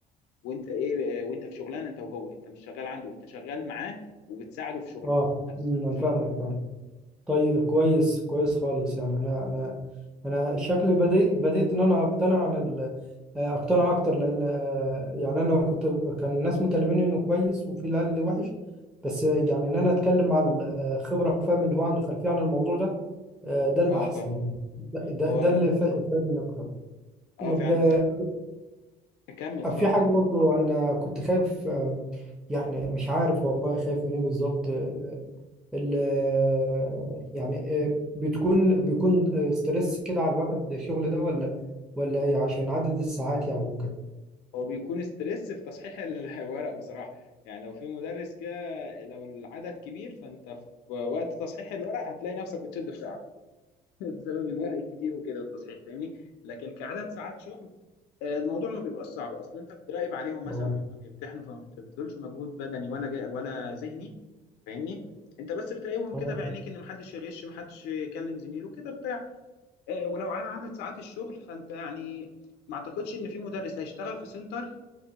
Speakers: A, on the left (about 80°); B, in the centre.
A: وانت ايه وانت في شغلانه انت وهو انت مش شغال عنده انت شغال معاه وبتساعده في شغله
B: اه
A: بس
B: مم. انا
A: مش
B: فاهمك
A: أكتر.
B: فاهم طيب كويس كويس خالص يعني انا انا انا شكلي بديت بديت ان انا اقتنع عن ال... اقتنع اكتر لان آه، يعني انا كنت كان الناس مكلميني انه كويس وفي اللي قال لي وحش بس يعني ان انا اتكلم مع الخبره فاهم اللي هو عنده خلفيه عن الموضوع ده آه، ده الأحسن
A: اه فاهم
B: يعني ده, ده,
A: هو
B: ده اللي فا- فادني أكتر
A: اه
B: طب
A: فعلا
B: آه،
A: كمل اتفضل
B: في حاجة برضو أنا كنت خايف آه، يعني مش عارف والله خايف منين بالظبط آه، ال آه، يعني آه، بتكون بيكون آه، ستريس كده على الواحد الشغل ده ولا ولا إيه؟ عشان عدد الساعات يعني وكده
A: هو بيكون ستريس في تصحيح الورق بصراحه يعني لو في مدرس كده لو العدد كبير فانت في وقت تصحيح الورق هتلاقي نفسك بتشد في ساعه <laughs> بسبب الورق الكتير وكده والتصحيح فاهمني لكن كعدد ساعات شغل آه، الموضوع ما بيبقى صعب اصل انت بتراقب عليهم مثلا
B: اه
A: هم بيمتحنوا فما بتبذلش مجهود بدني ولا جا ولا ذهني فاهمني انت بس بتراقبهم
B: اه
A: كده بعينيك ان محدش يغش محدش يكلم زميله كده بتاع آه، ولو على عدد ساعات الشغل فانت يعني ما اعتقدش ان في مدرس هيشتغل في سنتر